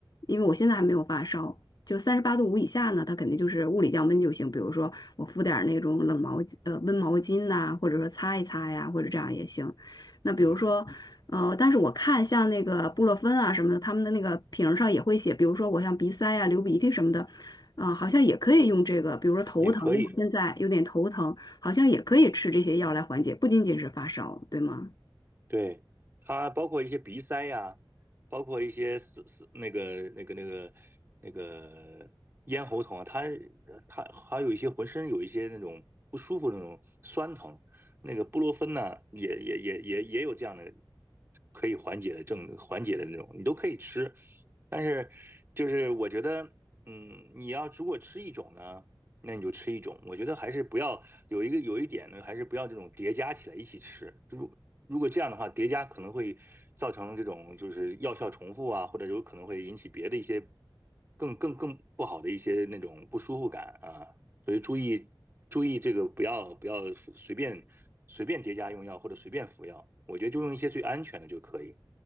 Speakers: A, on the left (about 50°); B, on the right (about 25°).
A: 因为我现在还没有发烧，就三十八度五以下呢，它肯定就是物理降温就行。比如说我敷点儿那种冷毛巾，呃，温毛巾呐、或者说擦一擦呀，或者这样也行。那比如说，
B: 嗯，
A: 呃，但是我看像那个布洛芬啊什么的，他们的那个瓶儿上也会写，比如说我像鼻塞呀、流鼻涕什么的，啊、好像也可以用这个。比如说头疼，
B: 也可以，
A: 因为我现在有点头疼，好像也可以吃这些药来缓解，不仅仅是发烧，对吗？
B: 对，它包括一些鼻塞呀，包括一些是是那个那个那个那个咽喉痛啊，它它还有一些浑身有一些那种不舒服的那种酸疼，那个布洛芬呢，也也也也也有这样的可以缓解的症缓解的那种，你都可以吃，但是就是我觉得，嗯，你要如果吃一种呢。那你就吃一种。我觉得还是不要有一个有一点呢，还是不要这种叠加起来一起吃。如如果这样的话，叠加可能会造成这种就是药效重复啊，或者有可能会引起别的一些更更更不好的一些那种不舒服感啊。所以注意注意这个不要不要随便随便叠加用药或者随便服药。我觉得就用一些最安全的就可以，